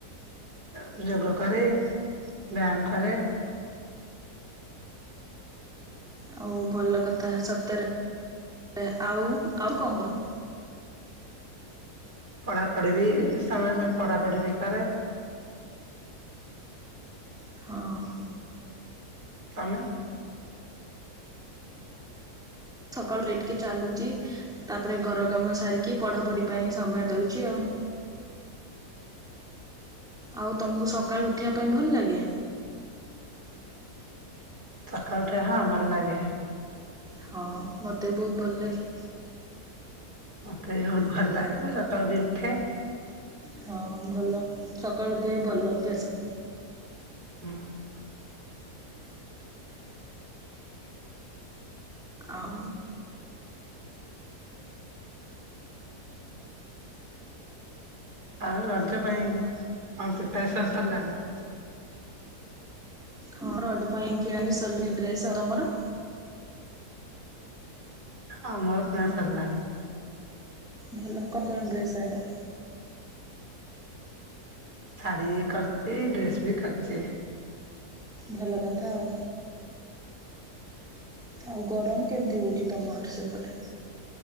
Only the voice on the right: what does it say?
ହଁ ଯେ ଯୋଗ କରେ ବ୍ୟାୟାମ କରେ।
ପଢାପଢି ବି ସମୟ ସମୟ ପଢାପଢି ବି କରେ।
ତମେ
ସକାଳେ ଉଠେ ହଁ ଭଲ ଲାଗେ।
ମୋତେ ବି ବହୁତ ଭଲ ଲାଗେ ମୁ ସକାଳୁ ବି ଉଠେ।
ହୁଁ।
ଆଉ ରଜ ପାଇଁ କଣ ପିପାରସନ ସରିଲାଣି।
ଆମର କିଣା ସରଲାଣି।
ଶାଢ଼ୀ କରଚି ଡ୍ରେସ ବି କରିଚି।